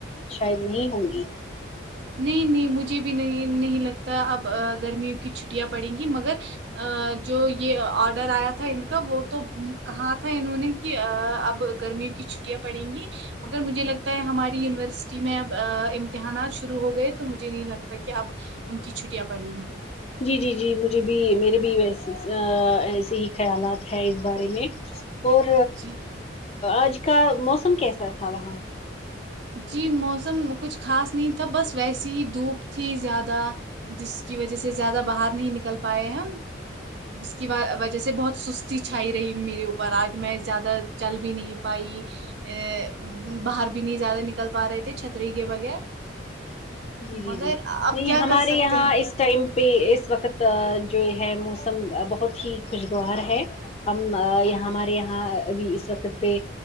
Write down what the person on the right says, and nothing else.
ہ <inaudible> نہیں نہیں مجھے بھی نہیں نہیں لگتا اب گرمیوں کی چھٹیاں پڑیں گی مگر آ جو یہ آرڈر آیا تھا ان کا وہ تو کہا تھا انہوں نے کہ اب گرمیوں کی چھٹیاں پڑیں گی مگر مجھے لگتا ہے ہماری یونیورسٹی میں اب امتحانات شروع ہو گئے تو مجھے نہیں لگتا کہ اب ان کی چھٹیاں پڑیں گی
جی
جی موسم کچھ خاص نہیں تھا بس ویسی ہی دھوپ تھی زیادہ جس کی وجہ سے زیادہ باہر نہیں نکل پائے ہم جس کی وجہ سے بہت سست س چھائی رہی میرے اوپر آج میں زیادہ چل بھی نہیں پائی ا باہر بھی نہیں زیادہ نکل پا رہے تھے چھتری کے بغیر
مگر
اب
کیا
کر سکتے
ہیں